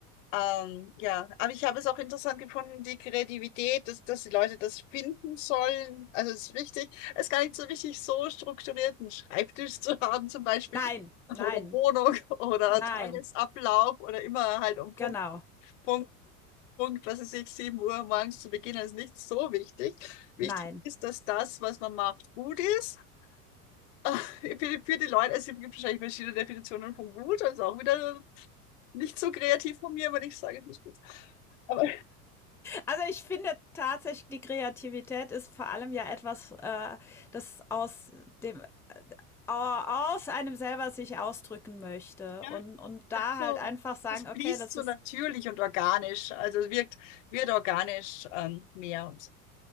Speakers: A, on the left; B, in the centre.
A: Ähm, ja, aber ich habe es auch interessant gefunden, die Kreativität, dass, dass die Leute das finden sollen. Also es ist wichtig, es ist gar nicht so wichtig, so strukturiert einen Schreibtisch zu <laughs> haben zum Beispiel
B: Nein, nein,
A: oder Wohnung oder
B: nein.
A: Tagesablauf oder immer halt um Punkt,
B: Genau.
A: Punkt, Punkt, was weiß ich, 7 Uhr morgens zu beginnen, ist nicht so wichtig. Wichtig
B: Nein.
A: ist, dass das, was man macht, gut ist. <laughs> Ah, Für die, für die Leute, also es gibt wahrscheinlich verschiedene Definitionen von gut, also auch wieder nicht so kreativ von mir, wenn ich sage, es muss gut sein. Aber
B: Also ich finde tatsächlich, die Kreativität ist vor allem ja etwas, äh, das aus dem aus einem selber sich ausdrücken möchte
A: ja,
B: und und da
A: Ach
B: halt
A: so,
B: einfach sagen,
A: das
B: okay,
A: fließt
B: das
A: so
B: ist
A: natürlich und organisch, also es wirkt, wird organisch ähm, mehr und so.